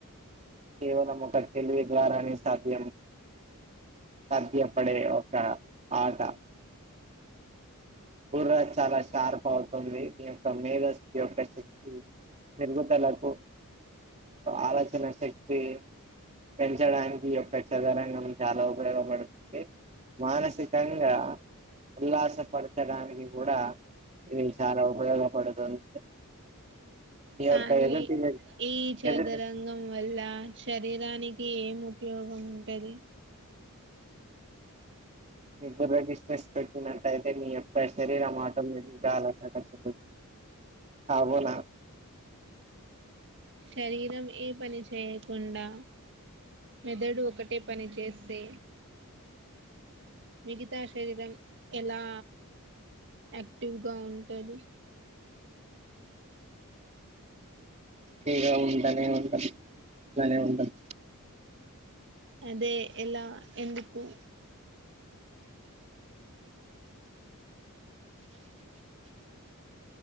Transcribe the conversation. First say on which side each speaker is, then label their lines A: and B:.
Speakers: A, on the right; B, on the right.
A: కేవలం ఒక తెలివి ద్వారా సాధ్యం సాధ్యపడే ఒక ఆట గుర్ర చాలా షార్ప్ అవుతుంది మీ యొక్క మేధస్ యొక్క శక్తి పెరుగుతలకు ఆలోచన శక్తి పెంచడానికి యొక్క చదరంగం చాలా ఉపయోగపడుతుంది మానసికంగా ఉల్లాస పడుత పచ్చడానికి కూడా ఇది చాలా ఉపయోగపడుతుంది మీ
B: కానీ
A: యొక్క ఎదుటి
B: ఈ చదరంగం
A: ఎదుటి
B: వల్ల శరీరానికి ఏం ఉపయోగం ఉంటది
A: మీద్దర డిస్టెస్ పెట్టినట్యితే మీ యొ శరీరంమాటం మీద చాల సఖ చెందుతుంది అబోల
B: శరీరం ఏ పని చేయకుండా మెదడు ఒకటే పని చేస్తే మిగతా శరీరం ఎలా యాక్టివ్ గా ఉంటది
A: హగా ఉంటనే ఉంటదు అనే ఉంటదు
B: అదే ఎలా ఎందుకు